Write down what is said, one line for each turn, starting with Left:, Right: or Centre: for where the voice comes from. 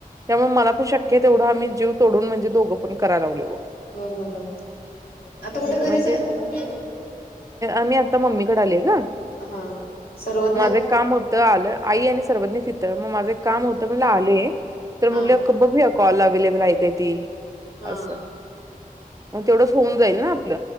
Right: त्यामुळे मला पण शक्य आहे तेवढा आम्ही जीव तोडून म्हणजे दोघ पण कराय लागलोय बघ
Left: हो हो हो, आता कुठे
Right: म्हणजे
Left: घरीच आहे ना तुम्ही?
Right: आम्ही आता मम्मी कडे आलीय ग.
Left: हा, सर्वज्ञ?
Right: माझं एक काम होतं आलं आई आणि सर्वज्ञ तिथं मग माझे एक काम होत म आले तर म्हणल
Left: हा
Right: बघूया कॉल अव्लेबल आहे काय ती,
Left: हा
Right: अस मग तेवढच होऊन जाईल ना आपल.